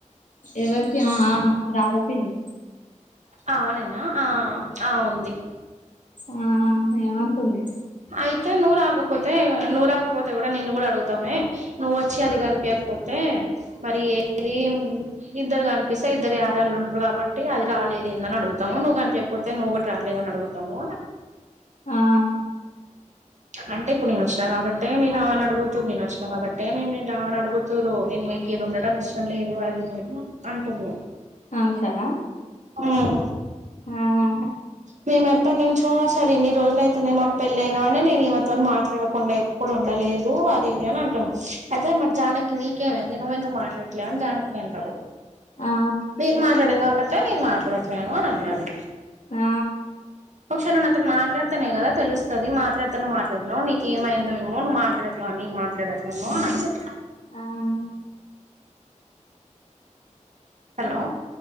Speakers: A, on the left (about 75°); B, on the right (about 65°).
A: ఎవరికి ఆ ఆ రాదా పిన్ని
B: ఆవనేనా ఆ ఆ ఉంది.
A: ఆ ఆ ఏవంటుంది.
B: అయితే నువ్వు రాకపోతే, నువ్వు రాకపోతే కూడా నిన్ను కూడా అడుగుతామే నువ్వు వచ్చి అది కనిపియకపోతే. ఏ మరి ఏది ఇద్దరు కనిపిస్తే ఇద్దరు ఎరళ్ళు ఉంటారు గాబట్టి అది రాలేద్ ఏనో. నడుగుంతమో నువ్వు కనిపియకపోతే, నువ్వు కూట రాలేదని కూడా అడుగుతాము.
A: ఆహా
B: అంటే ఇప్పుడు నేను వచ్చినా గాబట్టే మీ రావని అడగొచ్చు. నేను వచ్చినా గాబట్టే నే రావని అడుగుతారు నేను మీక్ ఇడుండడం ఇష్టం లేదు, అది లేదు అంటునే
A: అనూష నా
B: ఉహ్
A: ఆఆ
B: మీమ్ ఎప్పన్ నీచొస్ తల్ ఇన్ని రోజులు అయితుంది. మాక్ పెళ్ళై గానే నేను ఇవ్వతోని మాట్లాడకుండా ఎప్పుడు ఉండలేదు. అది ఇది అంట్ అయితే మరి జానకి నీకేవైందే నువ్వెందుకు మాట్లాడట్లేవ్ అని జానకిని అన్నరు.
A: ఆ
B: మీరు మాట్లాడలే గాబట్టే నేను మాట్లాడట్లేను అని అన్నాను.
A: ఆ
B: ఒకసారి నువ్వు నాతో మాట్లాడతానే కదా తెలుస్తది. మాట్లాడుతానో మాట్లాడనో నీక్ ఏమైందో ఏమో నువ్వుట్లాలేవు ఆన్ నీన్ మాట్లాడాట్లేను అని అనంది.
A: ఆ ఆ
B: హలో